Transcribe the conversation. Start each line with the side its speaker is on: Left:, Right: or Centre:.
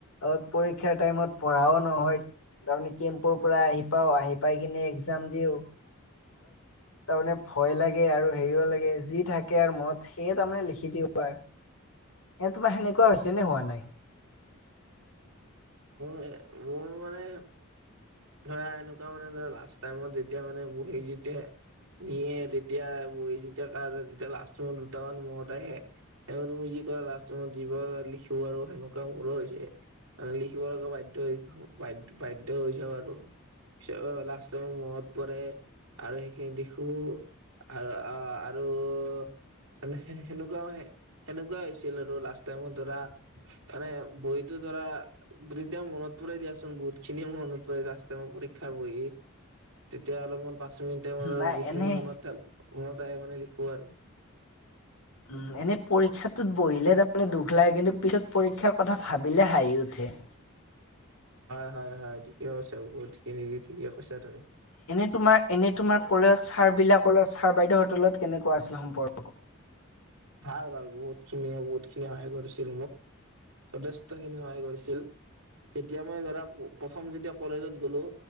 Left: অ, পৰীক্ষাৰ টাইমত পঢ়াও নহয় তাৰমানে কেম্পৰ পৰা আহি পাও আহি পাই কিনে একজাম দিও তাৰমানে ভয় লাগে আৰু হেৰিও লাগে যি থাকে আৰু মনত সেয়ে তাৰমানে লিখি দিওঁ আৰ। এ তোমাৰ সেনেকুৱা হৈছে নে হোৱা নাই?
Right: মোৰ এ মো মোৰ মানে ধৰা এনেকুৱা মানে ধৰা লাষ্ট টাইমত যেতিয়া মানে বহি যেতিয়া নিয়ে তেতিয়া বহি যেতিয়া কাৰো তেতিয়া লাষ্টৰ সময়ত দুটামান মদ আহে <unintelligible> তুমি যি কৰা লাষ্টত যিব লিখিব আৰু সেনেকুৱা মোৰো হৈছে। মানে লিখিব লগা বাধ্য হৈ বাধ্য হৈ যাওঁ আৰু। পিছ লাষ্টসমূহ মনত পৰে আৰু সেইখিনি দিখো আৰ অ, আৰু মানে সে-সেনেকুৱাও হে সেনেকুৱা হৈছিল আৰু লাষ্ট টাইমত ধৰা মানে বহীতো ধৰা তেতিয়াও মনত পৰে দিয়াচোন বহুত খিনিয়ে মনত পৰে যে মোৰ পৰীক্ষাৰ বহি তেতিয়া অলপমান পাঁচ মিনিট টাইম অলপ
Left: নাই
Right: যিখিনি
Left: এনেই
Right: মনত থাক মনত আহে মানে লিখো আৰু।
Left: উম, এনে পৰীক্ষাটোত বহিলে তাৰমানে দুখ লাগে কিন্তু পিছত পৰীক্ষাৰ কথা ভাবিলে হাঁহি উঠে।
Right: হয়- হয়- হয় ঠিকে কৈছা বহুতখিনি ঠিকে কৈছা তুমি।
Left: এনে তোমাৰ- এনে তোমাৰ কলেজ ছাৰবিলাকৰ লগত ছাৰ বাইদেউ হঁতৰ লগত কেনেকুৱা আছিল সম্পৰ্ক?
Right: ভাল- ভাল বহুত খিনিয়ে-বহুত খিনি সহায় কৰিছিল মোক। যথেষ্ট খিনি সহায় কৰিছিল যেতিয়া মই ধৰা প্ৰথম যেতিয়া কলেজত গ'লো